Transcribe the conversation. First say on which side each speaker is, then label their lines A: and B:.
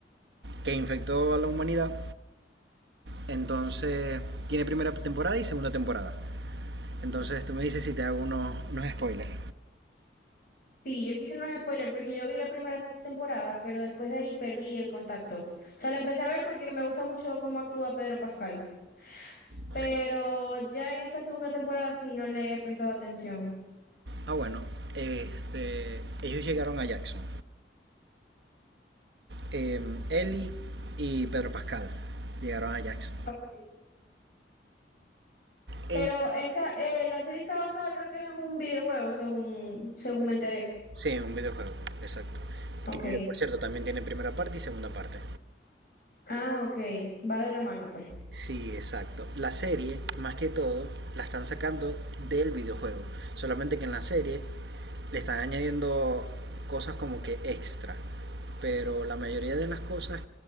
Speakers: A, on the right; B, on the left.
A: que infectó a la humanidad. Entonces, tiene primera temporada y segunda temporada. Entonces, tú me dices si te hago unos, unos spoilers.
B: Sí, yo quise unos spoilers porque yo vi la primera temporada, pero después de ahí perdí el contacto. O sea, la empecé a ver porque me gusta mucho cómo actúa Pedro Pascal. Pero
A: Sí.
B: ya en esta segunda temporada sí no le he prestado atención.
A: Ah, bueno, este, ellos llegaron a Jackson eh, Ellie y Pedro Pascal llegaron a Jax.
B: Okay.
A: Eh,
B: Pero esta, eh, la serie está basada creo que es en un videojuego, según, según me enteré.
A: Sí, un videojuego, exacto.
B: Ok.
A: Que por cierto también tiene primera parte y segunda parte.
B: Ah, ok, va de la mano, pues.
A: Sí, exacto. La serie, más que todo, la están sacando del videojuego. Solamente que en la serie le están añadiendo cosas como que extra. Pero la mayoría de las cosas